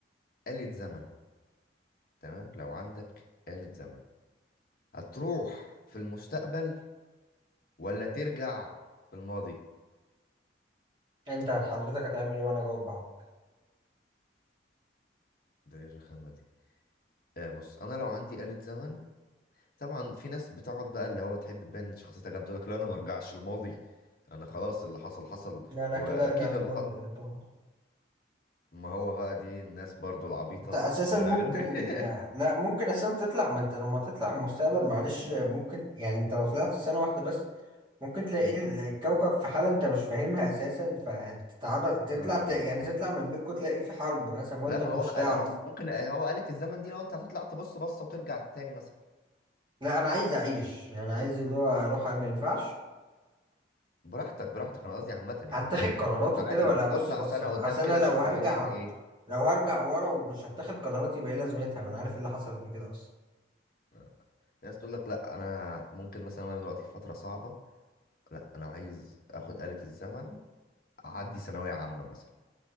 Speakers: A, on the left; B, on the right.
A: آلة زمن تمام لو عندك آلة زمن هتروح في المستقبل ولا ترجع في الماضي
B: انت حضرتك هتعمل ايه وانا اجاوب بعض
A: ده ايه الرخامة دي آه بص انا لو عندي آلة زمن طبعا في ناس بتقعد بقى اللي هو تحب تبان شخصيتها جامدة تقول لك لا انا ما ارجعش الماضي انا خلاص اللي حصل حصل
B: لا انا
A: واكيد
B: كده ارجع الماضي
A: اللي حصل
B: طبعا
A: ما هو بقى دي الناس برضو العبيطة
B: انت اساسا
A: اللي
B: ممكن
A: انا عارف <laughs>
B: لا ممكن اساسا تطلع ما انت لما تطلع المستقبل معلش ممكن يعني انت لو طلعت سنه واحده بس ممكن تلاقي
A: م?
B: الكوكب في حالة انت مش فاهمها اساسا فتتعرض تطلع
A: آه
B: ت... يعني
A: آه آه.
B: تطلع من بيتكم تلاقي في حرب مثلا وانت
A: لا ما
B: ما كنتش
A: هو آه،
B: تعرف
A: أنا ممكن آه، هو آلة الزمن دي لو انت هتطلع تبص بصة وترجع تاني مثلا
B: لا انا عايز اعيش يعني عايز اللي هو اروح ما ينفعش
A: براحتك براحتك انا قصدي عامة يعني
B: هتاخد قرارات
A: ممكن
B: وكده
A: عادي
B: ولا ابص
A: اطلع
B: بصة
A: سنة قدام
B: اصل انا
A: كده
B: لو
A: اشوف
B: هرجع
A: الدنيا ايه
B: لو هرجع ورا ومش هتاخد قرارات يبقى ايه لازمتها وانا عارف إيه اللي حصل قبل كده اصلا
A: آه. ناس تقول لك لا انا ممكن مثلا انا دلوقتي في فترة صعبة لا انا عايز اخد آلة الزمن اعدي ثانوية عامة مثلا